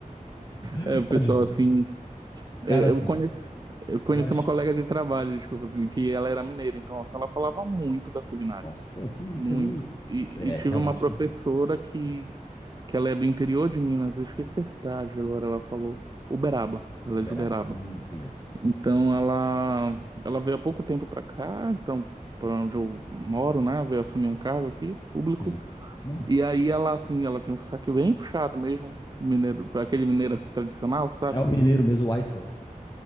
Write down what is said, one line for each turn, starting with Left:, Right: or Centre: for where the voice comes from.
Left: <laughs>
Right: é, o
Left: Pode
Right: pessoal,
Left: vir.
Right: assim,
Left: Cara,
Right: é,
Left: assim,
Right: eu conheço, eu conheci
Left: eu acho.
Right: uma colega de trabalho, desculpa, assim, que ela era mineira, então, assim, ela falava muito da culinária,
Left: Nossa, que isso
Right: muito.
Left: aí
Right: E,
Left: é
Right: e tive
Left: realmente
Right: uma professora
Left: muito bom.
Right: que, que ela é do interior de Minas, eu esqueci a cidade agora, ela falou, Uberaba, ela
Left: Uberaba.
Right: é de Uberaba.
Left: Hum, conheço, conheço.
Right: Então ela ela veio há pouco tempo para cá, então para onde eu moro, né? Veio assumir um cargo aqui público.
Left: Sim. Não.
Right: E aí ela assim, ela tem um sotaque bem puxado mesmo, mineiro, para aquele mineiro assim tradicional, sabe?
Left: É o mineiro mesmo, o Aiso.